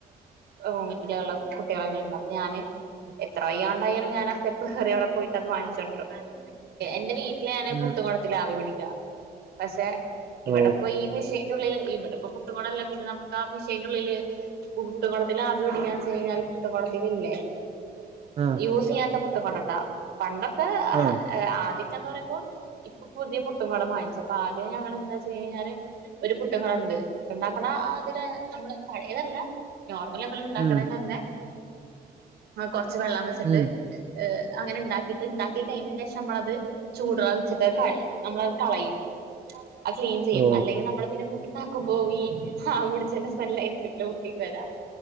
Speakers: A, on the right; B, on the right.
A: റൂമിലള്ള കുട്ടികളെണ്ട് അപ്പൊ ഞാന് എത്ര വയ്യണ്ടായാലും ഞാൻ ആ സ്റ്റെപ്പ് കയറി അവിടെ പോയി ട്ടത് വാങ്ങിച്ചൊണ്ട്രും. എന്റെ വീട്ടിലെ ഞാനത്
B: ഉം
A: പുട്ട്ങ്കൊടത്തിലാ ആവി പിടിക്കാ പഷേ
B: ഓ
A: ഇവടെ പ്പോ ഈ മിഷേ ന്റെ ഉള്ളില് ഇവടെപ്പൊ പുട്ടുങ്കൊടല്ല പിന്നെ നമ്മക്കാ മിഷേന്റെള്ളില് ഇപ്പ പുട്ടുങ്കൊടത്തില് ആവി പിടിക്കാചെയ്ഞ്ഞാല് പുട്ടുങ്കൊടത്തിലില്ലേ
B: ആ
A: യൂസീയാത്ത പു ട്ട്ങ്കോടട്ടാ പണ്ടൊക്
B: ആ
A: ആദ്യത്തെന്ന് പറയുമ്പോ ഇപ്പൊ പുതിയ പുട്ടും കൂടെ വാങ്ങിച്ചു അപ്പൊ ആദ്യം ഞങ്ങ എന്താ വച്ച കഴിഞ്ഞാല് ഒരു പുട്ടും കൂടെ ഉണ്ട് ഉണ്ടാക്കണ അതില് നമ്മള് പഴേതല്ല നോർമലി നമ്മള് ണ്ടാക്കണന്നെ
B: ഉം
A: അ കൊറച്ച് വെള്ളം വെച്ച്ട്ട്
B: ഉം
A: അങ്ങനെ <unintelligible> ട്ട് ണ്ടാക്കികൈഞ്ഞ് നമ്മളത് ചൂടു വെച്ച്ട്ട് നമ്മളത് കളയും അത് ക്ലീൻ ചെയ്യും
B: ഓ
A: അല്ലെങ്കി നമ്മള് പിന്നെ ണ്ടാക്കുമ്പോയി ആവിപിടിചേന്റെ സ്മെല്ലായിരിക്കല്ലോ ഒട്ടി പോരാ